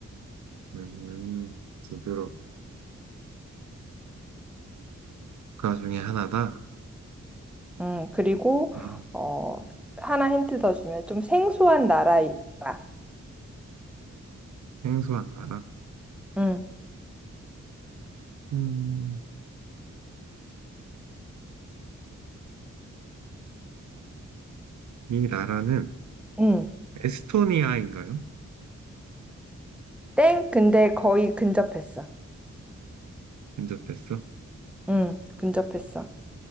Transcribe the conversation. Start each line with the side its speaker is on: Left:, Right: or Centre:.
Right: 음, 두 유럽 국가 중에 하나다.
Centre: 음, 그리고
Right: 아,
Centre: 어, 하나 힌트 더 주면 좀 생소한 나라에 있다.
Right: 생소한 나라.
Centre: 음.
Right: 음, 이 나라는
Centre: 음.
Right: 에스토니아인가요?
Centre: 땡? 근데 거의 근접했어.
Right: 근접했어.
Centre: 응, 근접했어.